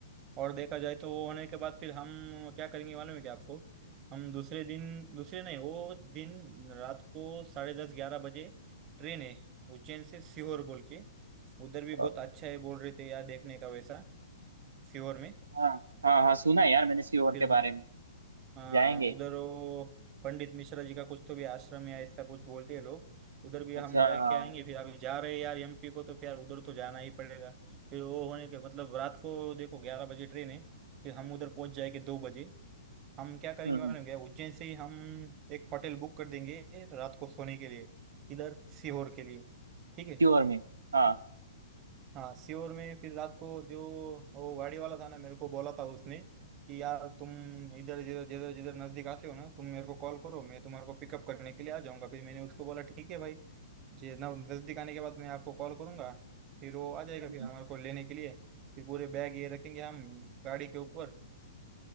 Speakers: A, on the right; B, on the right.
A: और देखा जाए तो वो होने के बाद फिर हम क्या करेंगे मालूम है क्या आपको हम दूसरे दिन दूसरे नहीं वो दिन रात को साढ़े दस ग्यारह बजे ट्रेन है उज्जैन से सीहोर बोल के उधर भी बहुत
B: अ,
A: अच्छा है बोल रहे थे यार देखने का वैसा सीहोर में
B: हाँ हाँ हाँ सुना है यार मैंने सीहोर
A: फिर
B: के बारे
A: हम
B: में
A: हाँ
B: जाएंगे
A: उधर वो पंडित मिश्रा जी का कुछ तो भी आश्रम है ऐसा कुछ बोलते हैं लोग उधर भी
B: अच्छा
A: हम जाके
B: हाँ
A: आएंगे फिर अभी जा रहे हैं यार एमपी को तो फिर यार उधर तो जाना ही पड़ेगा फिर वो होने के मतलब रात को देखो ग्यारह बजे ट्रेन है फिर हम उधर पहुंच जाएंगे दो बजे हम क्या करेंगे
B: हम्म हम्म,
A: मालूम क्या उज्जैन से ही हम एक होटल बुक कर देंगे रात को सोने के लिए इधर सीहोर के लिए ठीक है
B: सीहोर में हाँ
A: हाँ सीहोर में फिर रात को जो वो गाड़ी वाला था ना मेरे को बोला था उसने कि यार तुम इधर जिधर जिधर जिधर नजदीक आते हो ना तुम मेरे को कॉल करो मैं तुम्हारे को पिकअप करने के लिए आ जाऊंगा फिर मैंने उसको बोला ठीक है भाई जे ना नजदीक आने के बाद मैं आपको कॉल करूंगा फिर वो आ जाएगा
B: हम्म,
A: फिर हमारे को लेने के लिए फिर पूरे बैग ये रखेंगे हम गाड़ी के ऊपर